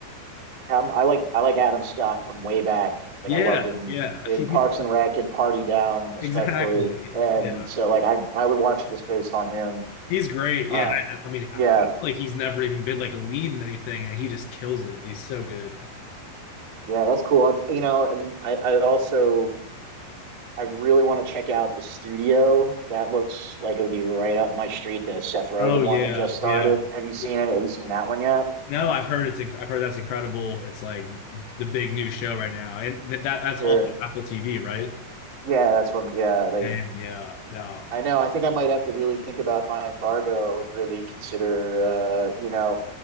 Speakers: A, on the right; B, on the left.
A: Um, I like I like Adam Scott from way back. Like
B: Yeah,
A: I loved him
B: yeah,
A: in
B: <laughs> he,
A: Parks and Rec and Party Down, especially.
B: exactly.
A: And
B: Yeah,
A: so like I I would watch it just based on him.
B: he's great.
A: Uh,
B: Yeah, I, I mean, I,
A: yeah,
B: I feel like he's never even been like a lead in anything, and he just kills it. He's so good.
A: yeah, that's cool. i you know, and I I also I really want to check out the studio. That looks like it would be right up my street. The Seth Rogen
B: Oh
A: one
B: yeah,
A: that just started.
B: yeah.
A: Have you seen
B: It-
A: it? Have you seen that one yet?
B: No, I've heard it's inc- I've heard that's incredible. It's like the big new show right now, and that that's
A: Sure.
B: also Apple TV, right?
A: Yeah, that's one. Yeah, like
B: Dang, yeah, no,
A: I know. I think I might have to really think about my embargo and really consider, uh, you know,